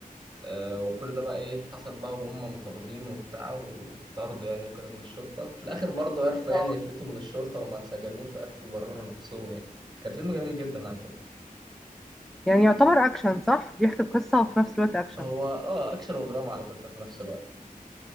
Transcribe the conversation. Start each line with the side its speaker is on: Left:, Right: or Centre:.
Right: آه، وكل ده بقى ايه حصل بقى وهم مطاردين وبتاع وطردوا يعني وكده من الشرطة في الآخر برضه عرفوا
Centre: اه
Right: يعني يفلتوا من الشرطة وما اتسجنوش وعرفوا يبرروا نفسهم يعني كان فيلم جميل جدا على فكرة
Centre: يعني يعتبر اكشن صح بيحكي قصة وفي نفس الوقت اكشن
Right: هو اه أكشن ودراما على فكرة في نفس الوقت